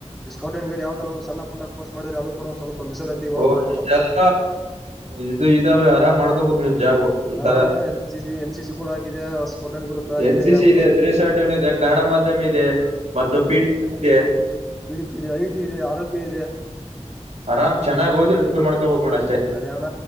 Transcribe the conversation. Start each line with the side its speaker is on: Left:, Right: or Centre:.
Centre: scout and guide ಯಾವದ ಒಂದು ಸಣ್ಣ ಪುಟ್ಟ ಕರ್ಸ್ ಮಾಡಿದ ಅದು ಕೂಡ ಸ್ವಲ್ಪ ಮೀಸಲಾತಿಗೆ ಒಳಪಡ್ತಾವ
Right: ಓದೆಲ್ಲ ಇದು ಇದಾವೆ ಆರಾಮ್ ಮಾಡ್ಕೊಬಕ್ ನಿನ್ ಜಾಬು. ಈ
Centre: ಹಾಣ್ಣ
Right: ತರ
Centre: N C N C C ಕೂಡ ಆಗಿದೆ. ಸ್ಕೌಟ್ ಅಂಡ್ ಗೈಡ್ ಕೂಡ ಆಗಿದೆ
Right: ಎನ್ ಸಿ
Centre: ಯಾವ್ದು
Right: ಸಿ ಇದೆ ತ್ರೀ ಸಂಟಿ ಒನ್ ಇದೆ ಕನ್ನಡ ಮಾಧ್ಯಮ ಇದೆ ಮತ್ತು ಪಿ ಡಿ ಇದೆ.
Centre: ಡಿ ಡಿ ಪಿ ಇದೆ ಐ ಟಿ ಇದೆ ಆರೋಗ್ಯ ಇದೆ.
Right: ಆರಾಮ್ ಚೆನ್ನಾಗಿ ಓದಿ ನೌಕರಿ ಮಾಡ್ಕೋಬೇಕು ನೋಡ ಅಷ್ಟೇ
Centre: ಅದೇ ಅಣ